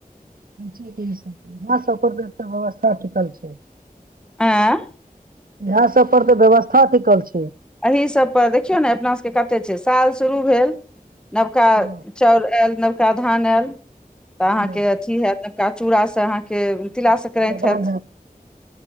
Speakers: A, on the right; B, in the centre.
A: इहे सब पर तऽ एते व्यवस्था टिकल छै <inaudible>
B: ऐं
A: इहे सब पर तऽ व्यवस्था टिकल छै
B: एही सब पर देखियौ ने अपना सब के कतेक छै साल शुरू भेल नबका
A: हँ
B: चाउर आयल नवका धान आयल तऽ अहाँ
A: हँ
B: के अथी हैत नबका चूड़ासँ अहाँके तिला संक्रान्त
A: दबान
B: हैत
A: है